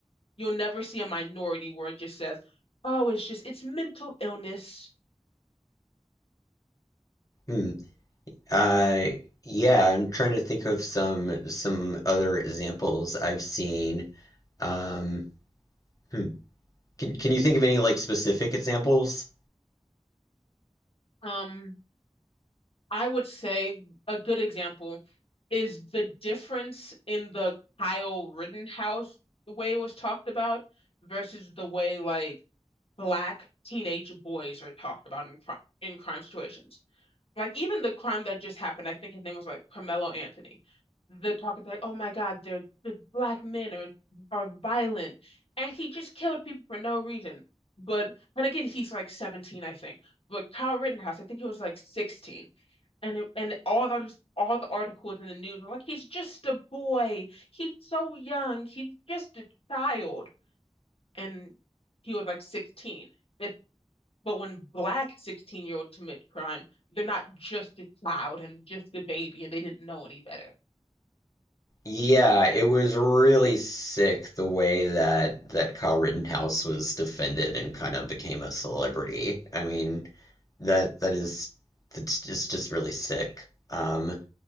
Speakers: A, on the left; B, on the left.
A: You'll never see a minority where it just says, oh, it's just it's mental illness.
B: Hmm. Uh, yeah, I'm trying to think of some some other examples I've seen. Um, hmm. Can can you think of any like specific examples?
A: Um, I would say a good example is the difference in the Kyle Rittenhouse the way it was talked about versus the way like black teenage boys are talked about in crime in crime situations. Like even the crime that just happened, I think his name was like Carmelo Anthony. The talk is like, oh my God, they're the black men are are violent, and he just killed people for no reason. But and again, he's like 17, I think. But Kyle Rittenhouse, I think he was like 16 and it- and all the all the articles in the news were like he's just a boy he's so young he's just a child and he was like 16 if but when black 16 year olds commit crime they're not just a child and just a baby and they didn't know any better
B: Yeah, it was really sick the way that that Kyle Rittenhouse was defended and kind of became a celebrity. I mean, that that is that's just just really sick. Um,